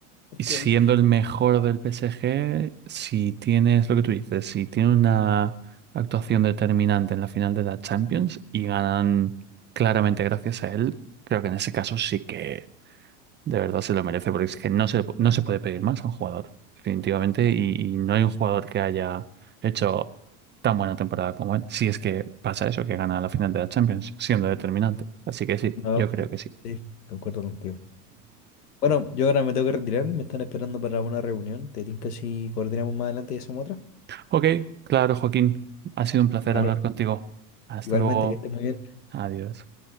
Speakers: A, on the left (about 85°); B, on the right (about 25°).
A: increíble.
B: y siendo el mejor del PSG, si tienes lo que tú dices, si tiene una actuación determinante en la final de la Champions y ganan claramente gracias a él, creo que en ese caso sí que de verdad se lo merece, porque es que no se, no se puede pedir más a un jugador, definitivamente, y, y no hay un jugador que haya hecho tan buena temporada como él, si es que pasa eso, que gana la final de la Champions, siendo determinante. Así que sí,
A: No,
B: yo creo que sí.
A: sí, concuerdo contigo. Bueno, yo ahora me tengo que retirar, me están esperando para una reunión. Te tinca si coordinamos más adelante y hacemos otra.
B: Ok, claro, Joaquín. Ha sido un placer
A: Vale.
B: hablar contigo. Hasta
A: Igualmente
B: luego.
A: que estés muy bien.
B: Adiós.